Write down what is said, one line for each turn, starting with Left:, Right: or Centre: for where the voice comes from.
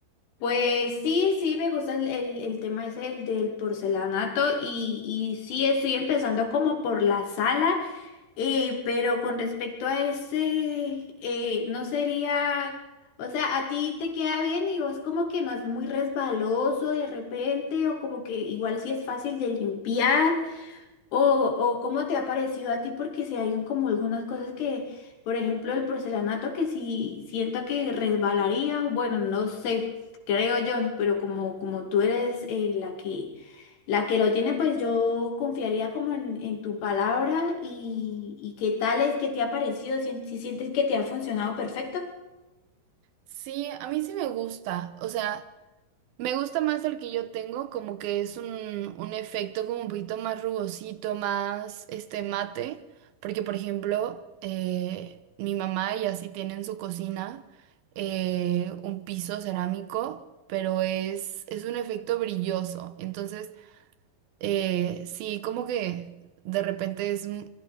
Left: Pues sí, sí, me gusta el, el, el tema ese el del porcelanato y, y sí, estoy empezando como por la sala, eh, pero con respecto a ese, eh, no sería, o sea, a ti te queda bien y vos como que no es muy resbaloso de repente o como que igual sí es fácil de limpiar. O, o cómo te ha parecido a ti, porque si hay un- como algunas cosas que, por ejemplo, el porcelanato que si siento que resbalaría, bueno, no sé, creo yo, pero como, como tú eres eh, la que, la que lo tiene, pues yo confiaría como en, en tu palabra y, y qué tal es que te ha parecido, si, si sientes que te ha funcionado perfecto.
Right: Sí, a mí sí me gusta. O sea, Me gusta más el que yo tengo, como que es un, un efecto como un poquito más rugosito, más este mate, porque por ejemplo, eh, mi mamá y así tiene en su cocina eh, un piso cerámico, pero es, es un efecto brilloso, entonces eh, sí, como que de repente es, mm,